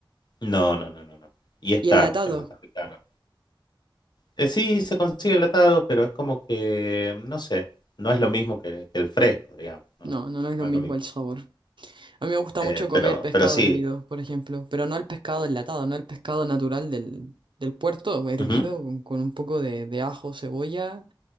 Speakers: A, on the left; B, on the right.
A: No, no, no, no, no. Y es
B: ¿Y
A: caro,
B: enlatado?
A: es bastante caro. Eh, sí, se consigue enlatado, pero es como que, no sé, no es lo mismo que, que el fresco, digamos. No,
B: No, no, no es lo
A: no
B: mismo
A: es lo mismo.
B: el sabor. A mí me gusta
A: Eh,
B: mucho comer
A: pero,
B: pescado
A: pero sí.
B: hervido, por ejemplo, pero no el pescado enlatado, no el pescado natural del, del puerto, hervido
A: Ujú,
B: con, con un poco de, de ajo, cebolla